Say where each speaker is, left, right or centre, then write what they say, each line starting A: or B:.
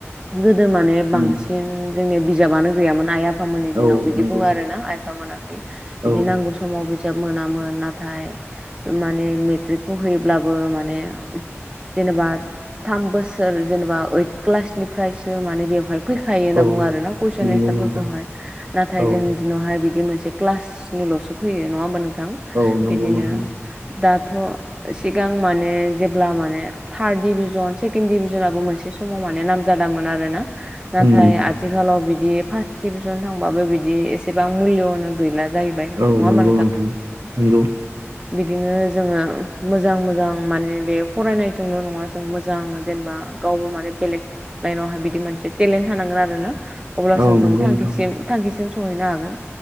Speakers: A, on the right; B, on the right.
A: गोदो माने बांसिन
B: उम
A: जोंनिया बिजाबानो गैयामोन आइ आफामोननि दिनाव
B: औ
A: बिदि
B: नंगौ
A: बुङो आरो ना आइ आफामोनाहाय बिदि
B: औ
A: नांगौ सम समाव बिजाब मोनामोन नाथाय माने मेट्रिकखौ होयोब्लाबो माने जेनेबा थाम बोसोर जेनेबा ओइथ क्लासनिफ्रायसो माने बेवहाय फैखायो होनना
B: औ
A: बुङो आर ना कुइसन
B: नंगौ
A: एन्सारफोरखौहाय
B: नोंथां
A: नाथाय
B: औ
A: जोंनि दिनावहाय बिदि मोनसे क्लासनिल'सो फैयो नङा होमबा नोंथां
B: औ नंगौ
A: बिदिनो
B: नोंथां
A: दाथ' सिगां माने जेब्ला माने थार्द डिभिजन सेकेणड डिभिजनाबो मोनसे समाव माने नामजादामोन आर ना नाथाय
B: उम
A: आथिखालाव बिदि फार्स्ट डिभिसन थांबाबो बिदि एसेबां मुल्यनो गैला जाहैबाय नङा
B: औ
A: होमबा
B: नंगौ नोंथां नंगौ।
A: बिदिनो जोङो मोजां मोजां माने बे फरायनायजोंल' नङा जों मोजां जेनेबा गावबो माने बेलेक लाइनावहाय बिदि मोनसे टेलेन्ट होनांगोन आरो ना अब्लासो
B: औ
A: जों
B: नंगौ
A: थांखिसिम
B: नोंथां
A: थांखिसिम सहैनो हागोन